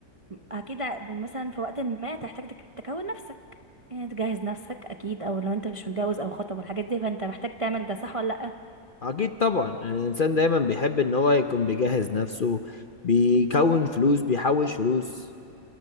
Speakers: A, on the right; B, on the left.
A: اكيد ع- مثلا في وقت ما تحتاج تك- تكون نفسك يعني تجهز نفسك اكيد او لو انت مش متجوز او خطب والحاجات دي فانت محتاج تعمل ده صح ولا لا
B: اكيد طبعا يعني الانسان دايما بيحب ان هو يكون بيجهز نفسه بيكون فلوس بيحوش فلوس